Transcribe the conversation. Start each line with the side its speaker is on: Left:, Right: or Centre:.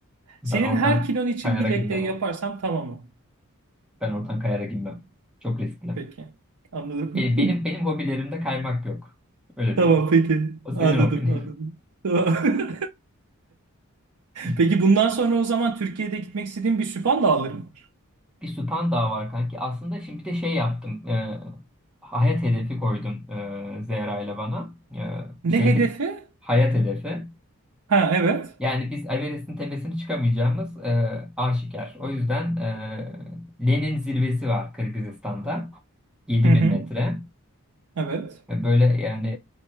Centre: Ben
Right: Senin
Centre: oradan
Right: her kilon için
Centre: kayara
Right: bir
Centre: girmem
Right: leg day
Centre: abi.
Right: yaparsam tamam mı?
Centre: Ben oradan kayara girmem. Çok riskli.
Right: Peki. Anladım.
Centre: E, Benim benim hobilerimde kaymak yok.
Right: <laughs>
Centre: Öyle
Right: Tamam
Centre: diyeyim.
Right: peki.
Centre: O senin
Right: Anladım
Centre: hobin.
Right: anladım. Tamam. <laughs>
Centre: <laughs>
Right: Peki bundan sonra o zaman Türkiye'de gitmek istediğim bir süphan dağlarım var.
Centre: Bir Süphan daha var kanki. Aslında şimdi bir de şey yaptım. e, hayat hedefi koydum e, Zehra ile bana. E,
Right: Ne
Centre: şeydi
Right: hedefi?
Centre: hayat hedefi.
Right: Ha evet.
Centre: Yani biz Everest'in tepesine çıkamayacağımız e, aşikar. O yüzden e, Lenin zirvesi var Kırgızistan'da. yedi
Right: Hı hı.
Centre: bin metre.
Right: Evet.
Centre: E, Böyle yani